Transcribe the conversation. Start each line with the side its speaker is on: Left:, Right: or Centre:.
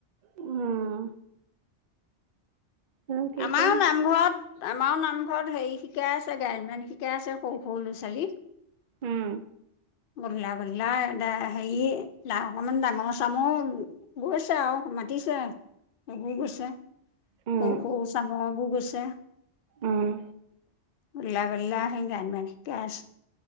Right: উ'ম। জানো কি
Left: আমাৰো
Right: কৰে
Left: নামঘৰত আমাৰো নামঘৰত হেৰি শিকাই আছে গায়ন - বায়ন শিকাই আছে সৰু, সৰু ল'ৰা - ছোৱালীক।
Right: উ'ম।
Left: গধলা গধলা দা হেৰি লাহ অকমান ডাঙৰ চামৰ গৈছে আৰু মাতিছে বৈ গৈছে।
Right: উম।
Left: সৌ চাম বোৰ আছে।
Right: উম
Left: উল্লা, গল্লা সেই জানমান কেছ।